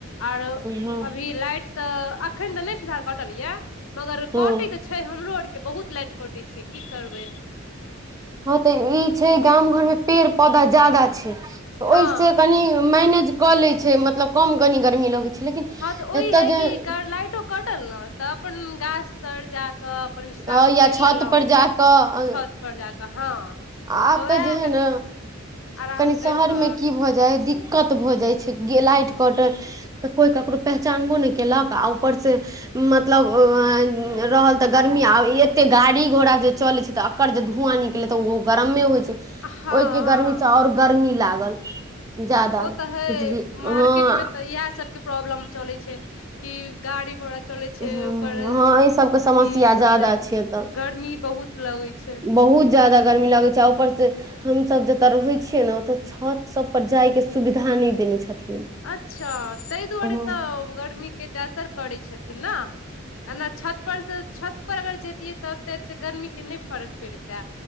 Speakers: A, on the left; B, on the right.
A: आर
B: हँ
A: अभी लाईट तऽ अखन तऽ नहि फधाल कटल यए मगर
B: हँ
A: कटी तऽ छै हमरो आर के बहुत लाइट कटै छै की करबै
B: हाँ तऽ ई छै गाम घर में पेड़ पौधा ज्यादा छै ओहि
A: हँ
B: सँ कनि मैनेज कऽ लैय छै मतलब कम कनी गर्मी लगैत छै लेकिन
A: हँ तऽ ओहि
B: एतय
A: हइ
B: जे
A: कि लाईटो कटल ने तऽ अपन गाछ तर जा कऽ पर विश्राम
B: अ या
A: कर
B: छत
A: लेलहुं
B: पर जा कऽ
A: छत पर जाकऽ हँ
B: आ ए
A: उएह
B: तऽ जे है
A: कनि
B: ने
A: आराम
B: कनी शहर
A: करि कऽ
B: मे की भऽ जाय है दिक् कत भऽ जाइ छै गे लाइट कटल तऽ कोई ककरो पहचानबो नय केलक आ ऊपर से मतलब अ रहल तऽ गर्मी आ एते गाड़ी घोड़ा जे चलै छै तऽ कर जे धुआँ निकलै तऽ ओ गरमे होइ छै
A: हँ
B: ओहिके
A: हँ
B: गर्मी से आओर गर्मी लागल जादा
A: ओ तऽ है
B: बुझलियै हँ
A: मार्केट मे तऽ इएह सबके प्रॉब्लम चले छै की गाड़ी घोड़ा चलै छै
B: ह्म
A: ओकर
B: हँ एहि सभके समस्या
A: अथी सबसे
B: ज्यादा छै एतऽ
A: गर्मी बहुत लगै छै
B: बहुत जादा गर्मी लागै छै आ ऊपर से हम सभ जतय रहै छियै ने ओतऽ छत सभ पर जाय के सुविधा नहि देने छथिन
A: अच्छा ताहि दुआरे
B: हँ
A: तऽ गर्मी के तऽ असर करैत छथिन ने ना छत पर से छत पर अगर जैतियै तऽ एते एते गर्मी के नहि फरक परिते